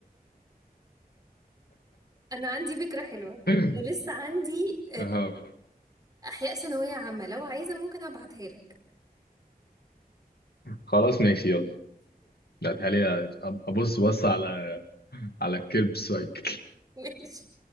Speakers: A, on the right; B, on the left.
A: انا عندي فكرة حلوة
B: <laughs>
A: ولسه عندي
B: آه.
A: احياء ثانويه عامه لو عايزه ممكن ابعتها لك
B: خلاص ماشي يلا لا تعالي أ- ابص بص على على الكلب سايكل
A: <laughs> ماشي